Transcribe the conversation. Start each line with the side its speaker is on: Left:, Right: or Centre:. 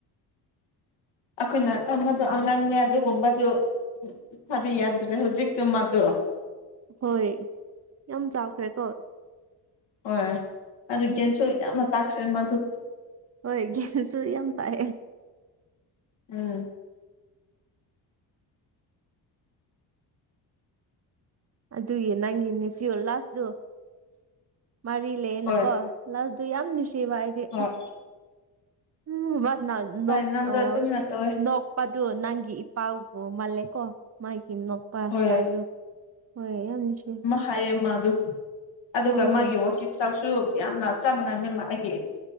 Left: ꯑꯩꯈꯣꯏꯅ ꯃꯗꯣ ꯑꯉꯥꯡꯅꯦ ꯑꯗꯨꯒꯨꯝꯕꯗꯨ ꯊꯥꯕꯤ ꯌꯥꯗ꯭ꯔꯦ ꯍꯧꯖꯤꯛꯇꯨ ꯃꯥꯗꯨ
Right: ꯍꯣꯏ ꯌꯥꯝ ꯆꯥꯎꯈ꯭ꯔꯦꯀꯣ
Left: ꯍꯣꯏ ꯑꯗꯨ
Right: ꯎꯝ
Left: ꯒꯦꯟꯁꯨ ꯌꯥꯝꯅ ꯇꯥꯛꯈ꯭ꯔꯦ ꯃꯗꯨ
Right: ꯍꯣꯏ ꯒ꯭ꯌꯥꯟꯁꯨ ꯌꯥꯝ ꯇꯥꯏꯑꯦ
Left: ꯎꯝ
Right: ꯑꯗꯨꯒꯤ ꯅꯪꯒꯤꯅꯦ ꯐꯤꯌꯣꯜ ꯂꯥꯁꯇꯨ ꯃꯔꯤ ꯂꯩꯌꯦꯅꯀꯣ
Left: ꯍꯣꯏ
Right: ꯂꯥꯁꯇꯣ ꯌꯥꯝ ꯅꯨꯡꯁꯤꯕ ꯑꯩꯗꯤ
Left: ꯍꯣꯏ
Right: ꯎꯝ ꯋꯥꯅ ꯅꯣꯛ
Left: ꯍꯣꯏ ꯅꯪꯗꯣ
Right: ꯑꯥ
Left: ꯑꯗꯨꯝꯅ ꯇꯧꯋꯦ
Right: ꯅꯣꯛ ꯄꯥꯗꯨ ꯅꯪꯒꯤ ꯏꯄꯥꯥꯎꯕꯨ ꯃꯥꯜꯂꯦꯀꯣ ꯃꯥꯒꯤ ꯅꯣꯛ ꯄꯥꯁ
Left: ꯍꯣꯏ
Right: ꯇꯥꯏꯜꯗꯨ ꯍꯣꯏ ꯌꯥꯝ ꯅꯨꯡꯁꯤ
Left: ꯍꯥꯏ ꯃꯗꯨ ꯑꯗꯨꯒ
Right: ꯎꯝ
Left: ꯃꯥꯒꯤ ꯋꯥꯀꯤꯡ ꯏꯁꯇꯥꯜ ꯁꯨ ꯌꯥꯝꯅ ꯆꯞ ꯃꯥꯟꯅꯅ ꯑꯩꯒꯤ